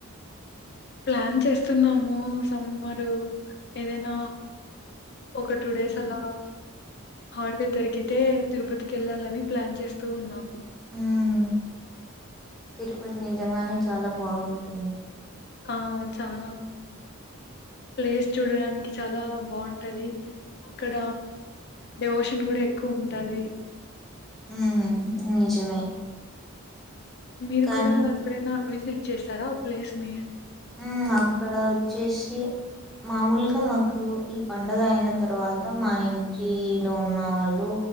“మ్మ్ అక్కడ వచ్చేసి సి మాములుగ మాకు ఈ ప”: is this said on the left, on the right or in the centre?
Centre